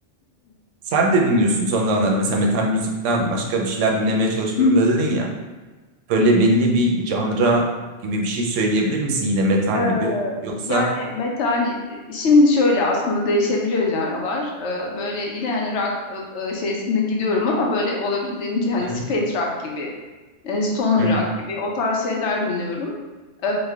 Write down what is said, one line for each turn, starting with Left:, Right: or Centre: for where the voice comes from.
Right: Sen de dinliyorsun son zamanlarda mesela metal müzikten başka bir şeyler dinlemeye çalışıyorum
Left: <clears throat>
Right: da dedin ya. Böyle belli bir janra gibi bir şey söyleyebilir misin yine metal
Left: Ee,
Right: gibi? Yoksa
Left: Yani metal e, şimdi şöyle aslında değişebiliyor janralar. Ee, böyle yine hani rock e, e, şeysinde gidiyorum ama böyle olabildiğince hani
Right: Hı hı,
Left: space rock gibi, e, stoner
Right: hı hı,
Left: rock gibi o tarz şeyler dinliyorum. Ee,